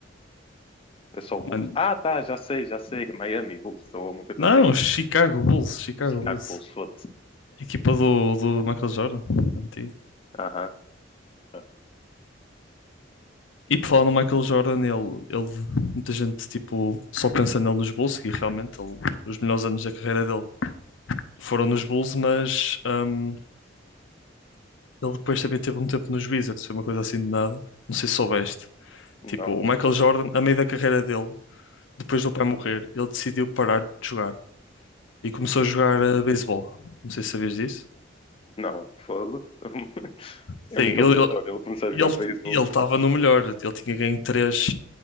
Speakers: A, on the left; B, on the left.
A: É só o Bulls?
B: Mano,
A: Ah, tá, já sei, já sei. Miami Bulls ou alguma coisa
B: não,
A: assim.
B: Chicago Bulls, Chicago
A: Chicago
B: Bulls.
A: Bulls, foda-se.
B: Equipa do, do Michael Jordan, antigo.
A: Aham. Ah,
B: E por falar no Michael Jordan, ele, ele, muita gente tipo, só pensa nele nos Bulls, e realmente ele- os melhores anos da carreira dele foram nos
A: Hum,
B: Bulls, mas hum, ele depois também teve um tempo nos Wizards, foi uma coisa assim de nada. Não sei se soubeste.
A: Não,
B: Tipo, o Michael Jordan, a meio da carreira dele, depois do pai morrer, ele decidiu parar de jogar e começou a jogar eh, beisebol. Não sei se sabias disso.
A: não, foda <laughs>
B: Sim,
A: É muito
B: ele
A: aleatório ele começar <laughs> a
B: ele
A: jogar beisebol.
B: ele estava no melhor. Ele tinha ganho três,